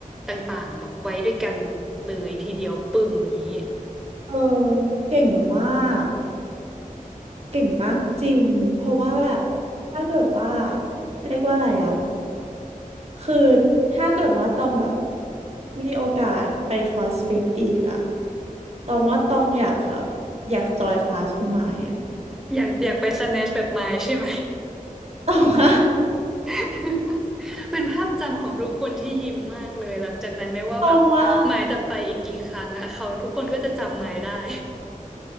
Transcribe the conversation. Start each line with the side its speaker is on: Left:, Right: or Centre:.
Centre: ต่างๆแบบไว้ด้วยกันเลยทีเดียวปึ้งอย่างนี้
Right: เออเก่งมากเก่งมากจริงเพราะว่าแบบถ้าเกิดว่าเรียกว่าอะไรอะคือถ้าเกิดว่าตองแบบมีโอกาสไปครอสฟิตอีกอะตองว่าตองอยากแบบอยากจอยคลาสคุณหมายอะ
Centre: อยากอยากไปสแนชแบบมายใช่ไหม
Right: ตรงว่า
Centre: <laughs> เป็นภาพจำของทุกคนที่ยิ้มมากเลยหลังจากนั้นไม่ว่าแบบหมายจะไปอีกกี่ครั้งอ่ะเขาทุกคนก็จะจำหมายได้
Right: ตรงว่า